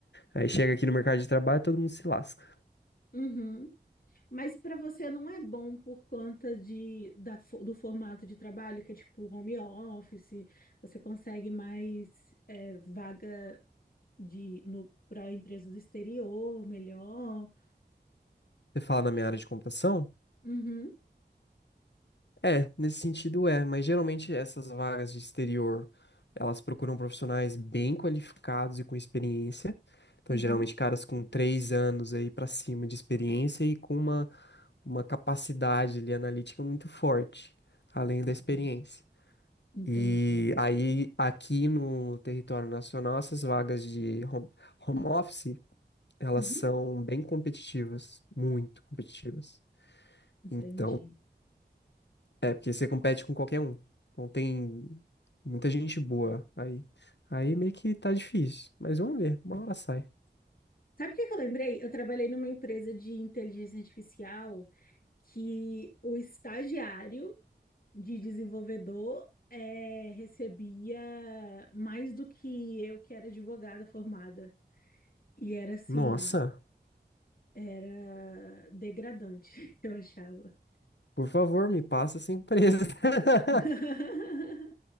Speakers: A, on the left (about 75°); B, on the left (about 55°).
A: Aí chega aqui no mercado de trabalho, todo mundo se lasca.
B: Uhum. Mas para você não é bom por conta de, da, fo- do formato de trabalho, que é tipo home office, você consegue mais é, vaga de no para empresa do exterior, melhor.
A: Você fala na minha área de computação?
B: Uhum,
A: É, nesse sentido é, mas geralmente essas vagas de exterior, elas procuram profissionais bem qualificados e com experiência. Então,
B: uhum,
A: geralmente caras com três anos aí pra cima de experiência e com uma, uma capacidade ali analítica muito forte, além da
B: uhum.
A: experiência.
B: Entendi.
A: E aí, aqui no território nacional, essas vagas de home, home office, elas
B: Uhum,
A: são bem competitivas, muito competitivas.
B: entendi.
A: então É, porque você compete com qualquer um. Então tem muita gente boa aí. Aí meio que tá difícil. Mas vamos ver, uma hora sai.
B: Sabe o que que eu lembrei? Eu trabalhei numa empresa de inteligência artificial que o estagiário de desenvolvedor eh, recebia mais do que eu, que era advogada formada. E era assim,
A: Nossa,
B: era degradante, <laughs> eu achava.
A: por favor, me passa essa empresa. <laughs>
B: <laughs>